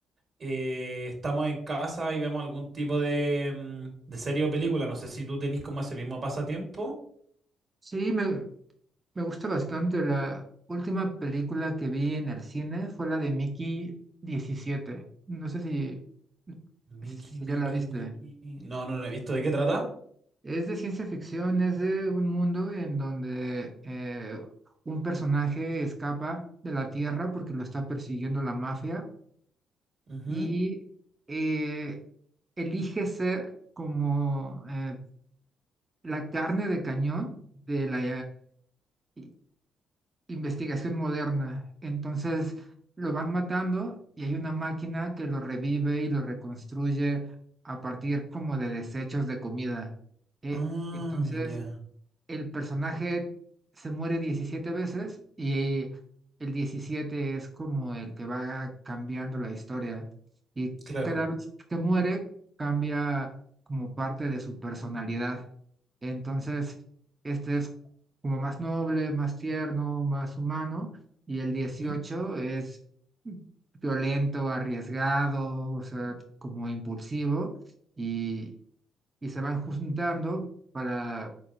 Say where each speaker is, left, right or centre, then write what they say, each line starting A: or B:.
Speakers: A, on the right; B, on the right.
A: eh, estamos en casa y vemos algún tipo de, mm, de serie o película. No sé si tú tenés como ese mismo pasatiempo.
B: Sí, me, me gusta bastante. La última película que vi en el cine fue la de Mickey diecisiete. No sé si,
A: Mickey,
B: si
A: Mickey,
B: ya la viste.
A: Mickey. No, no lo he visto. ¿De qué trata?
B: Es de ciencia ficción, es de un mundo en donde eh, un personaje escapa de la Tierra porque lo está persiguiendo la mafia
A: Ujú.
B: y eh, elige ser como eh, la carne de cañón de la, eh, investigación moderna. Entonces lo van matando y hay una máquina que lo revive y lo reconstruye a partir como de desechos de comida. Eh,
A: Ah,
B: entonces,
A: ya.
B: el personaje se muere 17 veces y el 17 es como el que va cambiando la historia. Y
A: Claro.
B: cada vez que muere, cambia como parte de su personalidad. Entonces, este es como más noble, más tierno, más humano. Y el dieciocho
A: Ujú.
B: es violento, arriesgado, o sea, como impulsivo. Y, y se van juntando para,